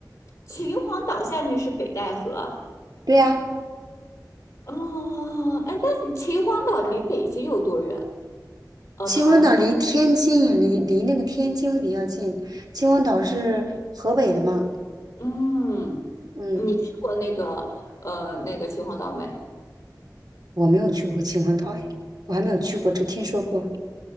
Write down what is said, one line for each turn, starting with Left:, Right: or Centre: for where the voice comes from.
Left: 秦皇岛下面是北戴河。
Right: 对呀、
Left: 哦，哎，但是秦皇岛离北京有多远？哦，
Right: 秦皇岛离天津，
Left: 唐山。
Right: 离离那个天津会比较近。秦皇岛是河北的嘛？
Left: 嗯，
Right: 嗯，
Left: 你去过那个呃那个秦皇岛没？
Right: 我没有去过秦皇岛，哎，我还没有去过，只听说过。